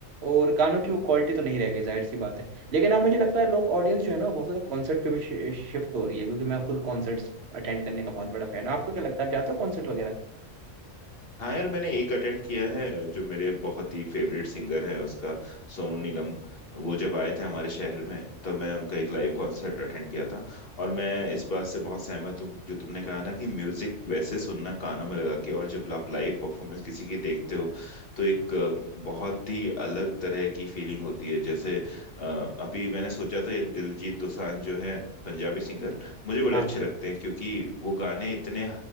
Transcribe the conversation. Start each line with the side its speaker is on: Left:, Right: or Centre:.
Right: और गानों की वो क्वालिटी तो नहीं रह गई जाहिर सी बात है लेकिन अब मुझे लगता है लोग ऑडियंस जो है ना वो बहुत ज्यादा कॉन्सर्ट पे भी शिफ्ट हो रही है क्योंकि मैं खुद कॉन्सर्ट्स अटेंड करने का बहुत बड़ा फैन हूँ आपको क्या लगता है आप जाते हो कॉन्सर्ट वगैरह
Left: हाँ यार मैंने एक अटेंड किया है जो मेरे बहुत ही फेवरेट सिंगर है उसका सोनू निगम वो जब आए थे हमारे शहर में तब मैंने उनका एक लाइव कॉन्सर्ट अटेंड किया था और मैं इस बात से बहुत सहमत हूँ जो तुमने कहा ना कि म्यूजिक वैसे सुनना कानों में लगा के और जब आप लाइव परफॉर्मेंस किसी की देखते हो तो एक अ, बहुत ही अलग तरह की फीलिंग होती है जैसे अ, अभी मैंने सोचा था ये दिलजीत दोसांझ जो है पंजाबी सिंगर मुझे बड़े
Right: हाँ
Left: अच्छे लगते हैं क्योंकि वो गाने इतने